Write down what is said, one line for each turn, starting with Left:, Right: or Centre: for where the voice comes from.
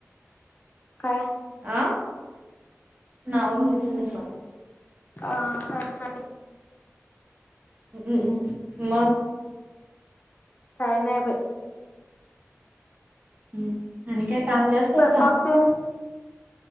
Left: काय?
Right: आ नाव घ्यायचं नाही बाळ
Left: आ सॉरी सॉरी
Right: हम् मग
Left: काय नाही बाई.
Right: ह् आणि काय काम जास्त
Left: स्वयंपाक
Right: होता?
Left: तेन